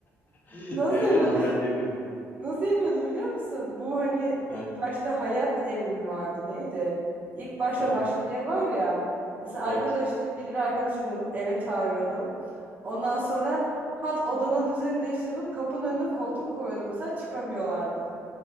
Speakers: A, on the left (about 35°); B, on the right (about 30°).
A: Evet
B: <laughs> Nasıl
A: evet
B: yapıyordum?
A: onu ben de yapıyordum.
B: Nasıl yapıyordu biliyor musun? Bu hani
A: Ha,
B: ilk başta hayat evi mi vardı neydi? İlk başta
A: aha,
B: başlayan ev var ya. Mesela arkadaş
A: evet.
B: işte biriyle arkadaş oluyordum eve çağırıyordum. Ondan sonra pat odanın düzenini değiştiriyordum. Kapının önüne koltuk koyuyordum mesela çıkamıyorlardı.